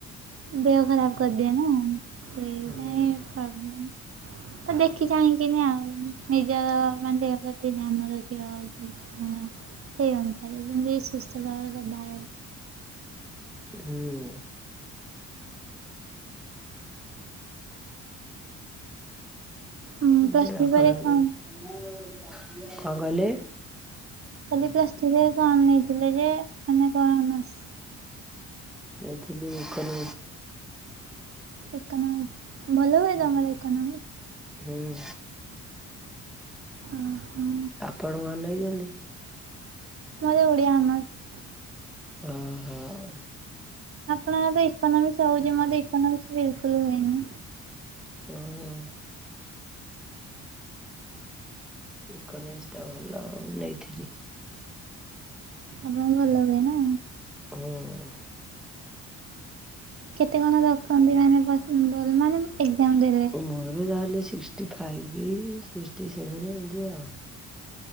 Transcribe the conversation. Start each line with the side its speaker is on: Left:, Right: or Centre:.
Right: ଦେହ ଖରାପ କରିଦିଏ ନା ସେଇପାଇଁ
Centre: ହୁଁ
Right: ପ୍ରବଲେମ ତ ଦେଖି ଚାହିଁକିନି ଆଉ ନିଜର ମାନେ ଦେହ ପ୍ରତି ଧ୍ୟାନ ରଖିବା ଉଚିତ ଆଁ ସେଇ ଅନୁସାରେ ଯେମିତି ସୁସ୍ତସବଳ <unintelligible>
Centre: ଏ <unintelligible>
Right: ଉଁ ପ୍ଲସ୍
Centre: ଦେହ
Right: ଥ୍ରୀ
Centre: ଖରାପରେ
Right: ପରେ କଣ
Centre: କଣ କହିଲେ?
Right: ଖାଲି ପ୍ଲସ ଥ୍ରି ରେ କଣ ନେଇଥିଲେ ଯେ ମାନେ କଣ ଅନର୍ସ?
Centre: ଦେଇଥିଲି କ <inaudible>
Right: ଇକୋନୋମିକ ଭଲ ହୁଏ
Centre: ହୁଁ
Right: ତମର ଇକୋନୋମିକ?
Centre: ହୁଁ
Right: ଅ ହ
Centre: ଆପଣ ମନେଇଛନ୍ତି?
Right: ମୋର ଓଡ଼ିଆ ଅନର୍ସ।
Centre: ଆ ହା ଓ
Right: ଆପଣଙ୍କର ତ ଇୋନୋମିକ୍ସ ହୋଉଛି ମାତେ ଏକଇୋନମିକ୍ସ ବିଲକୁଲ ହୁଏନି।
Centre: ହଁ ଇକୋନୋମିକ ଟା ଭଲ ମୁଁ ନେଇଥିଲି।
Right: ଆପଣ ଭଲ ହୁଏ ନା?
Centre: ହୁଁ
Right: କେତେ କଣ ରଖନ୍ତି ମାନେ ଭଲ ମାନେ ଏକ୍ଜାମ ଦେଲେ?
Centre: ମୋର ଯାହାହେଲେ ସିକ୍ସଟି ଫାଇଭ୍ ସିକ୍ସଟି ସେଭେନ ଏନ୍ତି ଆଉ।